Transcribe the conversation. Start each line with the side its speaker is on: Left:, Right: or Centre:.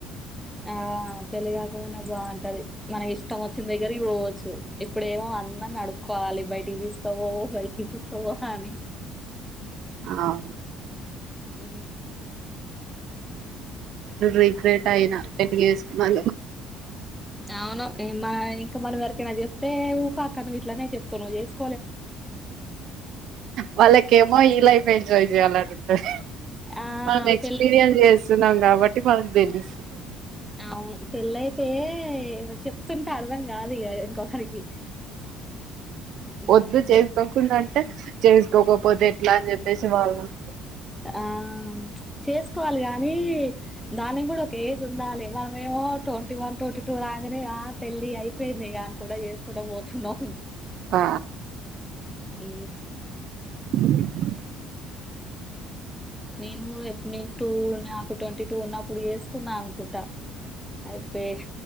Centre: ఆ పెళ్లి కాక ముందే బాగుంటది మనకి ఇష్టం వచ్చిన దగ్గరకి పోవచ్చు ఇప్పుడేమో అందర్నీ ఆడుక్కోవాలి బయటికి తీసుకపోవు బయ సోహాని
Right: అవును
Centre: ఉ
Right: రీగ్రెట్ అయిన పెళ్లి చేసుకున్నోళ్లు
Centre: అవును మా ఇంకా మనవరకైనా చెప్తే ఊకో అక్క నీవు ఇట్లానే చెప్తున్నావ్ నీవు చే
Right: వాళ్ళకఏమో ఈ లైఫ్ ఎంజాయ్ చెయ్యాలని ఉంటది
Centre: ఆ
Right: మనం ఎక్స్పీరియన్స్
Centre: పెళ్ళై
Right: చేస్తున్నాం కాబట్టి మనకి తెలుస్తు
Centre: అవును పెళ్ళయితే చెప్తుంటే అర్ధం కాదు ఇక ఇంకొకరికి ఉమ్.
Right: వద్దు చేసుకోకుండాంటే చేసుకోకపోతే ఎట్లా అని చెప్పేసి వాళ్లు అన
Centre: ఆ చేసుకోవాలి గా నీ దాని కూడా ఒక ఏజ్ ఉండాలి మనమ ఏమో ట్వంటీ వన్ ట్వంటీ టూ రాగానే ఆ పెళ్లి ళ్లి అయిపోయింది కాని కూడా చేసుకోడం పోతున్నాం
Right: ఆ
Centre: ఉ
Right: <inaudible>
Centre: నేను ఎప్పు న టూ నాకు ట్వంటీ టూ ఉన్నప్పుడు చేసుకున్నా అనుకుంటా అయితే